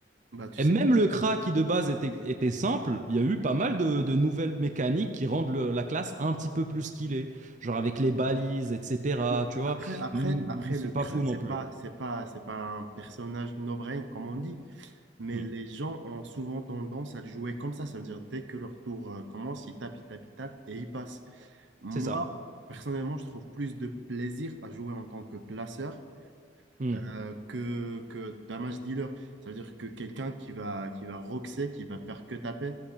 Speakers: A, on the right; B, on the right.
A: Bah, tu
B: et
A: sais,
B: même le CRA qui de base était, était simple, il y a eu pas mal de, de nouvelles mécaniques qui rendent le- la classe un petit peu plus qu'il est. Genre avec les balises, etc.
A: ouais.
B: Tu vois,
A: après, après,
B: Mm,
A: après
B: c'est
A: le crash,
B: pas fou non
A: c'est
B: plus.
A: pas, c'est pas, c'est pas un personnage no-brain, comme on dit, mais
B: Mm.
A: les gens ont souvent tendance à le jouer comme ça. Ça veut dire, dès que leur tour euh, commence, ils tapent, ils tapent, ils tapent et ils passent. Moi,
B: C'est ça.
A: personnellement, je trouve plus de plaisir à jouer en tant que placeur
B: Mm.
A: euh, que, que d'un match dealer. Ça veut dire que quelqu'un qui va, qui va roxer, qui va faire que taper.